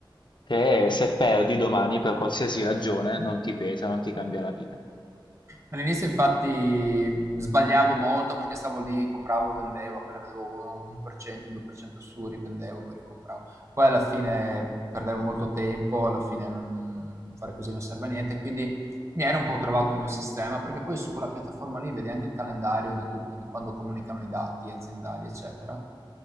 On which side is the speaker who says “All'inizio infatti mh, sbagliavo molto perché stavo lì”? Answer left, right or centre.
Right